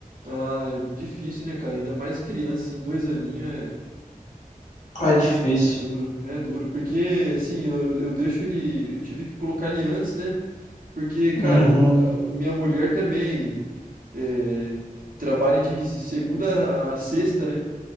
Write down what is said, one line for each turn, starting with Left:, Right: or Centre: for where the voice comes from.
Right: Ah, é difícil, né, cara? Ainda mais criança, assim, dois aninhos é,
Left: Ah, É difícil.
Right: é duro, é duro. Porque, assim, eu, eu deixo ele. Eu tive que colocar ele antes, né? Porque, cara,
Left: Uhum,
Right: a- minha mulher também é, trabalha de segunda a sexta, né?